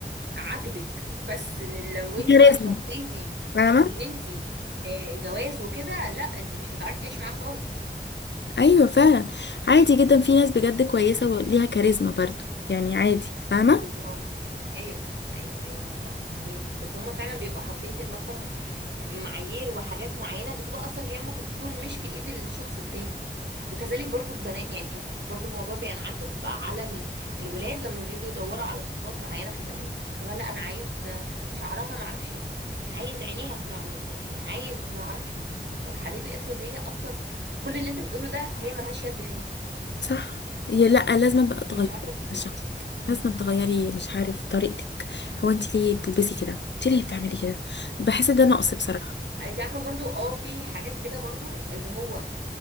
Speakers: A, on the right (about 75°); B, on the left (about 80°).
A: عاجبك بس لو انت
B: كاريزما
A: بقى اتحطيتي
B: فاهمه
A: ان انت آه، جواز وكده لا انت مش هتعرفي تعيشي معاه خالص
B: ايوه فعلا عادي جدا في ناس بجد كويسه وليها كاريزما برضو يعني عادي فاهمه
A: بالظبط ايوه ايوه ايوه انا فا- فاهماكي بس هما فعلا بيبقوا حاطين في دماغهم معايير وحاجات معينة بتبقى أصلا هي ممكن تكون مش في إيد الشخص التاني وكذلك برضو البنات يعني كذلك برضو الموضوع بينعكس بقى على ال- الولاد لما بيجوا يدوروا على صفات معينة في البنات اللي هو لا أنا عايز شعرها معرفش إيه أنا عايز عينيها تكون عاملة إزاي أنا عايز معرفش إيه طب حبيبي افرض هي أصلا كل اللي أنت بتقوله ده هي ملهاش يد فيه
B: صح هي لا لازم بقى تغيري
A: هي مش عارفة
B: من شخصك لازم تغيري مش عارف طريقتك هو انتي ليه بتلبسي كده انتي ليه بتعملي كده بحس ده نقص بصراحه
A: انت عارفة برضو اه في حاجات كده برضو اللي هو